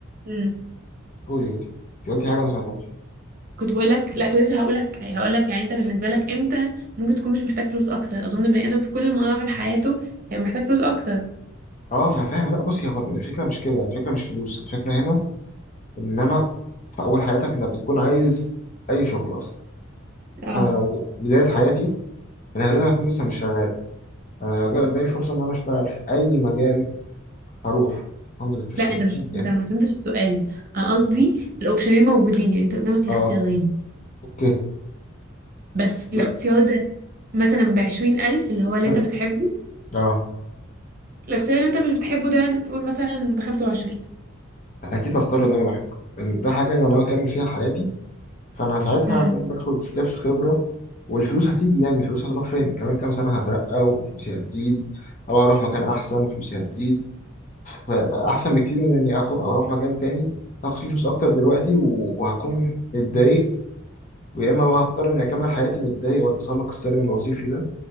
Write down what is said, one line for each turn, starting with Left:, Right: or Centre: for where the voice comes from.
Right: امم
Left: قولي قولي أنت قلتي حاجة أنا ما سمعتهاش
Right: كنت بقول لك لا كنت لسه هقول لك يعني هقول لك يعني انت بالنسبه لك امتى ممكن تكون مش محتاج فلوس اكتر اظن بني ادم في كل مراحل حياته هيبقى محتاج فلوس اكتر
Left: أه ما أنا فاهم لا بصي هو الفكرة مش كده الفكرة مش فلوس الفكرة هنا انما في اول حياتك انت بتكون عايز اي شغل اصلا
Right: اه
Left: انا لو بدايه حياتي انا غالبا هكون لسه مش شغال انا لو جه قدامي فرصه ان انا اشتغل في اي مجال هروح 100%
Right: لا انت مش
Left: ايا كان
Right: انت ما فهمتش السؤال انا قصدي
Left: م.
Right: الاوبشنين موجودين يعني انت قدامك الاختيارين
Left: اه اوكي
Right: بس الاختيار
Left: لا
Right: ده مثلا بعشرين ألف اللي هو اللي
Left: م.
Right: انت بتحبه
Left: اه
Right: الاختيار اللي انت مش بتحبه ده نقول مثلا بخمسة وعشرين
Left: انا اكيد هختار اللي انا بحبه لان ده حاجه انا ناوي اكمل فيها حياتي فانا ساعتها
Right: امم
Left: هكون باخد ستيبس خبره والفلوس هتيجي يعني الفلوس هتروح فين كمان كام سنه هترقى وفلوسي هتزيد او هروح مكان احسن وفلوسي هتزيد فاحسن بكتير من اني أخو اروح مجال تاني هاخد فيه فلوس اكتر دلوقتي و- وهكون متضايق ويا اما بقى هضطر اني اكمل حياتي متضايق والتسلق السلبي الوظيفي ده